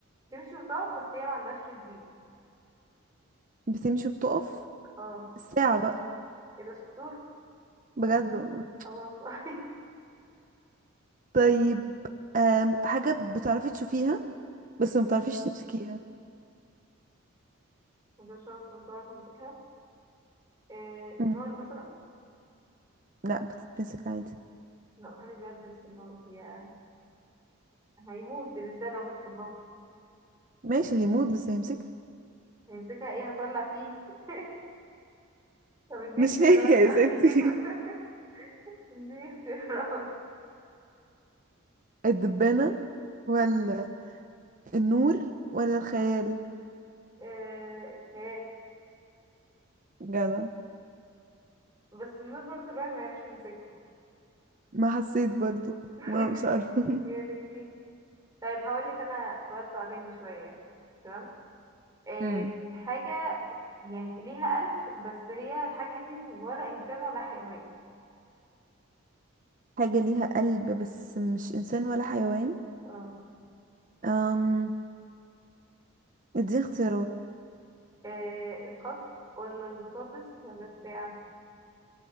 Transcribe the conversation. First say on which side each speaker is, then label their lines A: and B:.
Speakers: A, on the right; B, on the right.
A: تمشي وتقف بس هي ما عندهاش رجلين
B: بتمشي وبتقف
A: اه
B: الساعة بقى
A: ايه ده شطور
B: بجد والله
A: اه والله
B: طيب آم، حاجة بتعرفي تشوفيها بس
A: <laughs> مم.
B: ما بتعرفيش تمسكيها
A: ده شخص مش عارف امسكها آه النار
B: مم،
A: مثلا
B: لا بتتمسك عادي
A: لا محدش بيعرف يمسك النار هي هيموت الإنسان لو مسك النار
B: ماشي هيموت بس هيمسكها
A: هيمسكها ايه هطلع فيه <laughs> طب اديني
B: مش
A: اختيارات
B: هي
A: طيب
B: يا ستي
A: <laughs>
B: <laughs>
A: اديني اختيارات
B: الدبانة ولا النور ولا الخيال
A: آه الخيال
B: جدع
A: بس النار برضه الواحد ما يعرفش يمسكه
B: ما حسيت برضو
A: <laughs>
B: ما مش عارفة <laughs>
A: هي الاتنين طيب هقول لك انا سؤال صعباني شوية يعني. تمام آم،
B: امم
A: حاجة يعني ليها قلب بس هي الحاجة دي ولا إنسان ولا حيوان
B: حاجة ليها قلب بس مش إنسان ولا حيوان
A: اه
B: أم اديني اختيارات
A: آه، الخس ولا البطاطس ولا الساعة